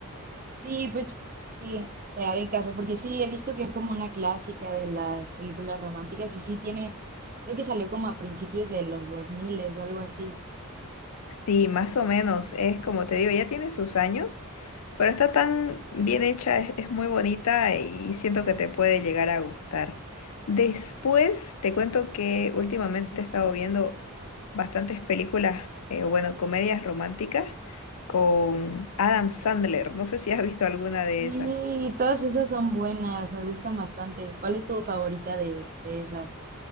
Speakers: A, on the right (about 40°); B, on the left (about 85°).
A: Sí, pues sí, te haré caso, porque sí, he visto que es como una clásica de las películas románticas y sí tiene, creo que salió como a principios de los 2000 o algo así.
B: Sí, más o menos, es como te digo, ya tiene sus años, pero está tan bien hecha, es, es muy bonita y siento que te puede llegar a gustar. Después te cuento que últimamente he estado viendo bastantes películas, eh, bueno, comedias románticas con Adam Sandler. No sé si has visto alguna de
A: Sí,
B: esas.
A: todas esas son buenas, me gustan bastante. ¿Cuál es tu favorita de, de esas?